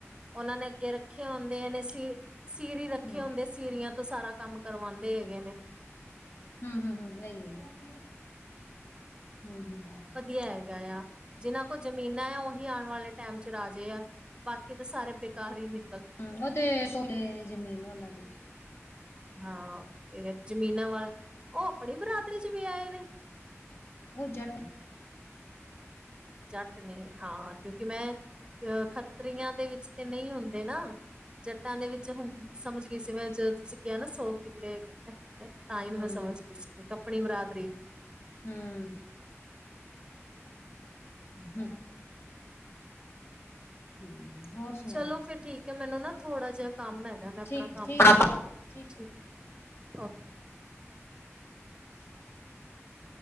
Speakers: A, on the right; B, on the left.
A: ਓਨਾਂ ਨੇ ਅੱਗੇ ਰੱਖੇ ਹੁੰਦੇ ਨੇ ਸੀ ਸੀਰੀ ਰੱਖੇ
B: ਹੂੰ
A: ਹੁੰਦੇ ਸੀਰੀਆਂ ਤੋਂ ਸਾਰਾ ਕੰਮ ਕਰਵਾਂਦੇ ਹੈਗੇ ਨੇ
B: ਹਮ, ਹਮ, ਹਮ ਐਈ ਹੈ। ਹੂੰ, ਹੂੰ, ਹੂੰ
A: ਵਧੀਆ ਹੈਗਾ ਆ ਜਿਨਾਂ ਕੋਲ ਜ਼ਮੀਨਾਂ ਆ ਓਹੀ ਆਣ ਵਾਲੇ ਟਾਈਮ ਚ ਰਾਜੇ ਆ ਬਾਕੀ ਤਾਂ ਸਾਰੇ ਬੇਕਾਰ ਹੀ ਨ
B: ਹਮ ਉਹ ਤੇ ਲੇ ਜ਼ਮੀਨ ਉਹਨਾਂ ਦੀ
A: ਹਾਂ ਫ ਜ਼ਮੀਨਾਂ ਵਾਲ ਉਹ ਆਪਣੀ ਬਰਾਦਰੀ ਚ ਵੇਆਏ ਨੇ
B: ਉਹ ਜਟ--ਨੇ
A: ਜੱਟ ਨੇ ਹਾਂ ਕਿਉਂਕਿ ਮੈਂ ਅ ਖੱਤਰੀਆਂ ਦੇ ਵਿੱਚ ਤੇ ਨਹੀਂ ਹੁੰਦੇ ਨਾ ਜੱਟਾਂ ਦੇ ਵਿੱਚ ਹੁਣ ਸਮਝ ਗਈ ਸੀ ਮੈਂ ਜਦੋਂ ਤੁਸੀਂ ਕਿਹਾ ਨਾ ਸੌ ਕਿੱਲੇ ਹੈਗੇ ਨੇ ਆ ਤਾਂ
B: ਹੂੰ
A: ਹੀ ਨੂੰ ਮੈਂ ਸਮਝ ਗੀ ਸੀ ਆਪਣੀ ਬਰਾਦਰੀ
B: ਹਮ। ਹਮ। ਹਮ ਹੋਰ। ਸੁਣਾਓ
A: ਚਲੋ ਫੇਿਰ ਠੀਕ ਹੈ ਮੈਨੂੰ ਨਾ ਥੋੜਾ ਜਿਹਾ ਕੰਮ ਹੈਗਾ ਮੈਂ ਆਪਣਾ
B: ਠੀਕ ਹੈ
A: ਕੰਮ
B: ਠੀਕ
A: ਕਰ
B: ਹੈ
A: ਲੀ
B: ਠੀਕ ਹੈ
A: ਹਹ
B: <unintelligible>